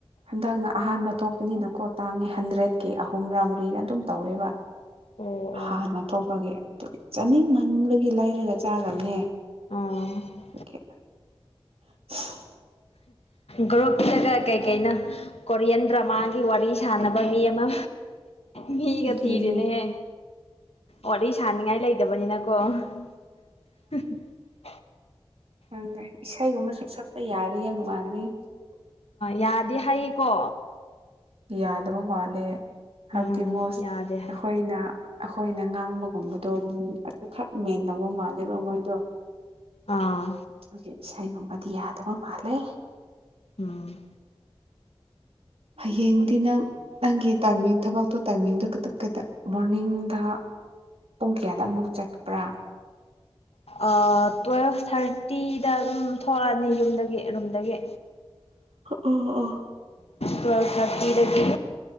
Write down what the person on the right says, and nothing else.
ꯍꯟꯗꯛꯅ ꯑꯍꯥꯟꯕ ꯊꯣꯛꯄꯅꯤꯅꯀꯣ ꯇꯥꯡꯉꯦ ꯍꯟꯗ꯭ꯔꯦꯠꯀꯤ ꯑꯍꯨꯝ ꯔꯥ ꯃꯔꯤ ꯑꯩꯅ ꯑꯗꯨꯝ ꯇꯧꯦꯕ
ꯍꯥꯟꯅꯇꯣꯞꯄꯒꯤ ꯑꯗꯨꯒꯤ ꯆꯥꯅꯤꯡꯃꯟꯕꯒꯤ ꯂꯩꯔꯒ ꯆꯥꯔꯕꯅꯦ
ꯁꯀꯤꯦ <unintelligible>
ꯑꯗꯨꯅꯤ
ꯍꯪ ꯏꯁꯩꯒꯨꯝꯕꯁꯨ ꯁꯛꯄ ꯌꯥꯅꯤ ꯌꯥꯝ ꯅꯨꯡꯉꯥꯡꯅꯤ
ꯌꯥꯗꯕ ꯃꯥꯜꯂꯦ ꯍꯥꯏꯕꯗꯤ
ꯃꯣꯁ
ꯑꯩꯈꯣꯏꯅ ꯑꯩꯈꯣꯏꯅ ꯉꯥꯡꯕꯒꯨꯝꯕꯗꯣ ꯑꯗꯨꯈꯛ ꯃꯦꯟ ꯂꯧꯕ ꯃꯥꯜꯂꯦꯕ ꯃꯣꯏꯗꯣ
ꯑꯗꯨꯒꯤ ꯏꯁꯩꯒꯨꯝꯕꯗꯤ ꯌꯥꯗꯕ ꯃꯥꯜꯂꯦ
ꯍꯌꯦꯡꯗꯤ ꯅꯪ ꯅꯪꯒꯤ ꯇꯥꯏꯃꯤꯡ ꯊꯕꯛꯇꯣ ꯇꯥꯏꯃꯤꯡꯗꯨꯣ ꯈꯤꯇꯪ ꯀꯩꯗ ꯃꯣꯔꯅꯤꯡꯗ ꯄꯨꯡ ꯀꯌꯥꯗ ꯑꯃꯨꯛ ꯆꯠꯄ꯭ꯔꯥ
ꯑꯣ ꯑꯣ